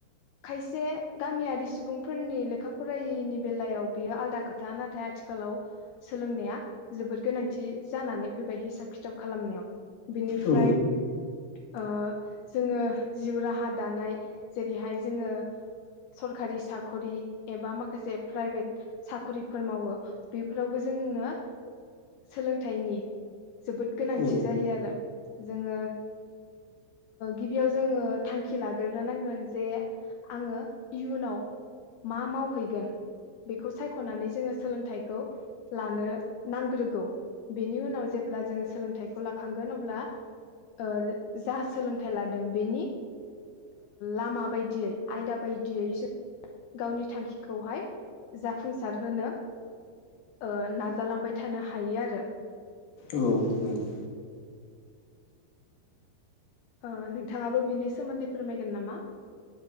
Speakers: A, on the left; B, on the left.
A: खायसे गामियारि सुबुंफोरनि लेखा फरायैनि बेलायाव बेयो आलदा खोथा नाथाय आथिखालाव सोलोंनाया जोबोद गोनांथि जानानै फैबाय हिसाब खिथाब खालामनायाव बिनिफ्राय
B: औ
A: ओ जोङो जिउ राहा दानाय जेरैहाय जोङो सरखारि साख'रि एबा माखासे प्राइभेट साख्रिफोर मावो बेफोरावबो जोंनो सोलोंथाइनि जोबोद गोनांथि
B: औ
A: जायो आरो जोङो गिबियाव जोङो थांखि लाग्रोनांगोन जे आङो इयुनाव मा मावहैगोन बेखौ सायख'नानै जोङो सोलोंथाइखौ लानो नांग्रोगौ बेनि उनाव जेब्ला जोङो सोलोंथाइखौ लाखांगोन अब्ला ओ जा सोलोंथाइ लादों बेनि लामा बायदियै आयदा बायदियै जों गावनि थांखिखौहाय जाफुंसारहोनो ओ नाजालांबाय थानो हायो आरो।
B: औ नंगौ।
A: ओ नोंथाङाबो बिनि सोमोन्दै फोरमायगोन नामा?